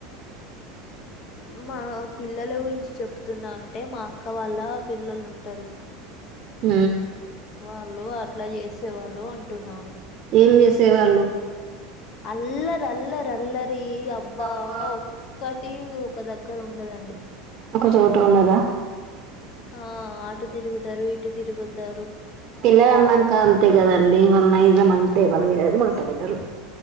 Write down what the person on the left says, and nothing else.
మా పిల్లల గురించి చెప్తున్నా అంటే మా అక్క వాళ్ళ పిల్లలు ఉంటారు
వాళ్ళు అట్లా చేసేవాళ్ళు అంటున్నాను
అల్లర్ అల్లర్ అలర్ త్రీ అబ్బా
ఒక్కటి ఒక దగ్గర ఉండదండి
ఆ ఆట తిరుగుతారు ఇటు తిరుగుతా